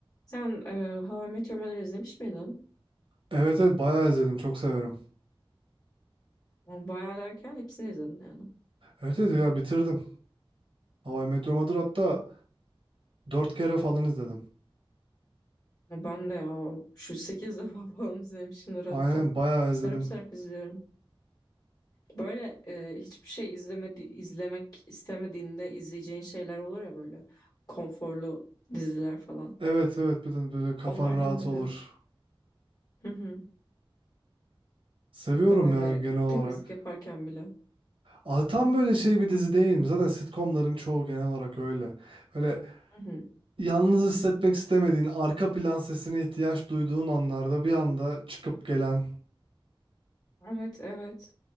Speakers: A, on the left; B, on the right.
A: Sen e, How I Met Your Mother'ı izlemiş miydin?
B: Evet evet bayağı izledim. Çok severim.
A: Yani Bayağı derken hepsini izledin yani.
B: Evet evet ya bitirdim. How I Met Your Mother hatta dört kere falan izledim.
A: Ya Ben de ya şu 8 <laughs> defa falan izlemişimdir hatta.
B: Aynen bayağı
A: Sarıp
B: izledim.
A: sarıp izliyorum. Böyle e, hiçbir şey izlemedi, izlemek istemediğinde izleyeceğin şeyler olur ya böyle konforlu diziler falan.
B: Evet evet bir de böyle kafan
A: Onlardan
B: rahat
A: biri.
B: olur.
A: Hı hı.
B: Seviyorum
A: Ya da böyle
B: ya genel olarak.
A: temizlik yaparken bile.
B: Aa, tam böyle şey bir dizi değil mi? Zaten sitcomların çoğu genel olarak öyle. Böyle
A: Hı hı.
B: yalnız hissetmek istemediğin, arka plan sesine ihtiyaç duyduğun anlarda bir anda çıkıp gelen.
A: Evet evet.